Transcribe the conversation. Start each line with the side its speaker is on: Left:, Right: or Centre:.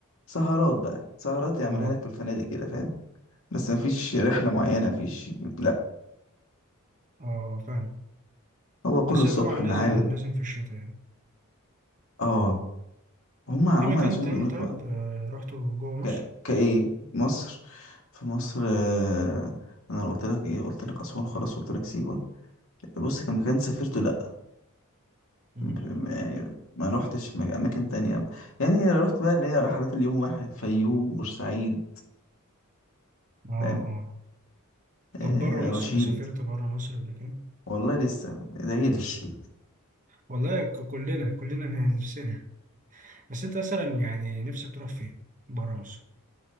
Left: سهرات بقى سهرات يعملها
Right: آه
Left: لك في الفنادق كده فاهم بس مفيش رحلة معينة مفيش لأ
Right: آه فاهم
Left: هو كله
Right: بس
Left: الصبح
Right: هي طبعا لازم
Left: المعابد
Right: لازم في الشتاء يعني
Left: آه هما
Right: في مكان
Left: هما نفسهم
Right: تاني
Left: بيقولوا
Right: طيب
Left: لك بقى
Right: آه رحته جوه مصر
Left: ك... كإيه مصر في مصر آه، أنا قلت لك إيه قلت لك أسوان خلاص قلت لك سيوة بص كان مكان سافرته لأ
Right: امم
Left: ما, ما روحتش مج- أماكن تانية يعني رحت بقى اللي هي رحلات اليوم واحد فيوم بورسعيد
Right: آه آه
Left: فاهم
Right: طب
Left: آه
Right: بره مصر
Left: رشيد
Right: سافرت بره مصر قبل كده
Left: والله لسه ادعيلي <laughs>
Right: والله ك- كلنا كلنا <laughs> نفسنا بس أنت مثلا يعني نفسك تروح فين بره مصر